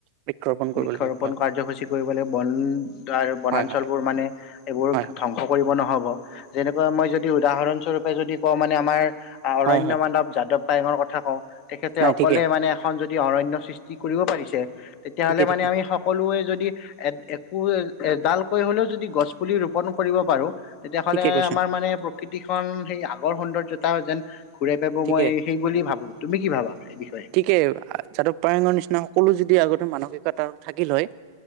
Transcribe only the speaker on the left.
বৃক্ষৰোপণ
কাৰ্যসূচী কৰিব লাগিব, বন <inaudible> বনাঞ্চলবোৰ
মানে এইবোৰ
ধ্বংস কৰিব ন'হব যেনেকুৱা মই যদি উদাহৰণস্বৰূপে যদি কওঁ মানে আমাৰ অৰণ্য
মানৱ যাদৱ পায়েঙৰ কথা কওঁ তেখেতে
অকলে
মানে যদি অৰণ্য সৃষ্টি কৰিব পাৰিছে তেতিয়া
হলে
মানে আমি সকলোৱে যদি এ-এ একো এডালকৈ হলেও যদি গছ পুলি ৰোপন কৰিব পাৰোঁ- তেতিয়াহ'লে
আমাৰ মানে প্ৰকৃতিখন, সেই আগৰ সৌন্দৰ্যতা যেন ঘূৰাই পাব
মই সেই বুলি ভাবো তুমি কি ভাবা? এই বিষয়ে।